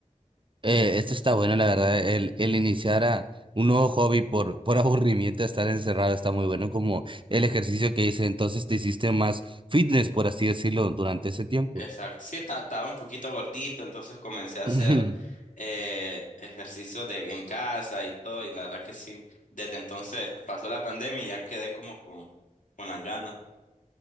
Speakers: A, on the right; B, on the left.
A: Eh, esto está bueno, la verdad. El, el iniciar a un nuevo hobby por, por <laughs> aburrimiento, estar encerrado, está muy bueno, como el ejercicio que hice. Entonces te hiciste más fitness, por así decirlo, durante ese tiempo.
B: Exacto. Sí, está- estaba un poquito gordito, entonces comencé a hacer
A: Ujú.
B: eh, ejercicio de en casa y todo, y la verdad que sí. Desde entonces pasó la pandemia y ya quedé como con, con las ganas.